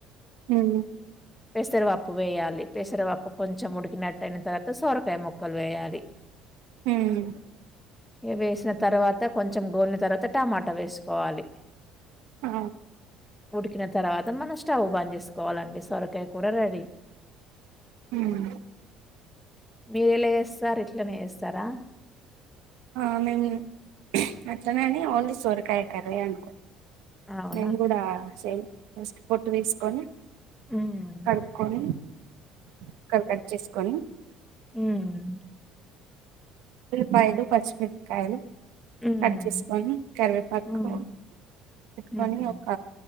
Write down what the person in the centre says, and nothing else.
పెసరవప్పు వేయాలి పెసరప్పు కొంచెం ఉడికినట్టటు అయిన తర్వాత సొరకాయ మొక్కలు వేయాలి
ఇ వేసిన తర్వాత కొంచెం గోలిన తర్వాత టమాటా వేసుకోవాలి
ఉడికిన తర్వాత మనం స్టవ్ బంద్ చేసుకు కోవాలండి సొరకాయ కూరా రెడీ
మేలే సార్ ఇట్లనే చేస్తారా
అవునా?
హ్మ్.
ఉమ్
హ్మ్.
హ్మ్.
హుహు.